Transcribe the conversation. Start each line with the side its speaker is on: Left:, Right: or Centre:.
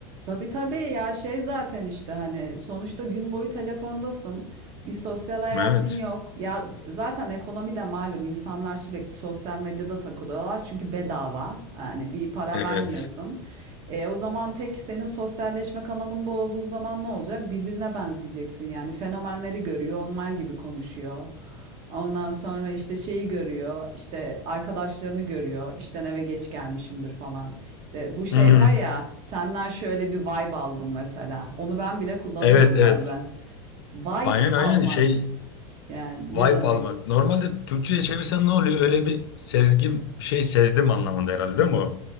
Right: Tabii tabii ya şey zaten işte hani sonuçta gün boyu telefondasın. Bir sosyal hayatın
Left: Evet.
Right: yok. Ya zaten ekonomi de malum insanlar sürekli sosyal medyada takılıyorlar çünkü bedava. Yani bir para
Left: Evet.
Right: vermiyorsun. E, o zaman tek senin sosyalleşme kanalın bu olduğu zaman ne olacak? Birbirine benzeyeceksin yani. Fenomenleri görüyor, onlar gibi konuşuyor. Ondan sonra işte şeyi görüyor, işte arkadaşlarını görüyor, işten eve geç gelmişimdir falan. İşte bu şey
Left: Hı.
Right: var ya, senden şöyle bir vibe aldım mesela. Onu ben bile kullanıyorum
Left: Evet evet.
Right: bazen. Vibe
Left: Aynen aynen
Right: almak
Left: şey
Right: yani
Left: vibe
Right: ne demek?
Left: almak. Normalde Türkçe'ye çevirsen ne oluyor? Öyle bir sezgim şey sezdim anlamında herhalde değil mi o?